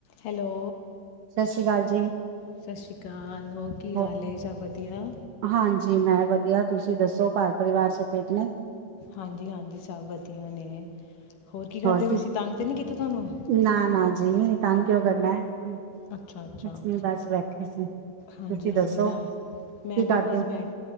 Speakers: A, on the left (about 60°); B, on the right (about 70°).
A: Hello,
B: ਸਤਿ ਸ੍ਰੀ ਅਕਾਲ ਜੀ।
A: ਸਤਿ ਸ਼੍ਰੀ ਅਕਾਲ ਹੋਰ ਕੀ
B: ਹੋ
A: ਹਾਲ ਏ ਸਭ ਵਧੀਆ
B: ਹਾਂਜੀ, ਮੈਂ ਵਧੀਆ ਤੁਸੀਂ ਦੱਸੋ ਘਰ -ਪਰਿਵਾਰ ਸਭ ਠੀਕ ਨੇ।
A: ਹਾਂਜੀ -ਹਾਂਜੀ ਸਭ ਵਧੀਆ ਨੇ। ਕਰਦੇ
B: ਹੋਰ
A: ਪਏ
B: ਕੀ,
A: ਸੀ ਤੰਗ ਤਾਂ ਨਹੀਂ ਕੀਤਾ ਤੁਹਾਨੂੰ
B: ਨਾ- ਨਾ ਜੀ। ਤਾਂ, ਕਿਉਂ ਕਰਨਾ ਹੈ।
A: ਅੱਛਾ -ਅੱਛਾ,
B: ਕੁਛ ਨੀ ਬਸ ਬੈਠੇ ਸੀ ਤੁਸੀਂ
A: ਹਾਂਜੀ -ਹਾਂਜੀ
B: ਦੱਸੋ
A: ਬ
B: ਕੀ
A: ਮੈਂ ਵੀ
B: ਕਰਦੇ
A: ਬਸ ਬੈਠ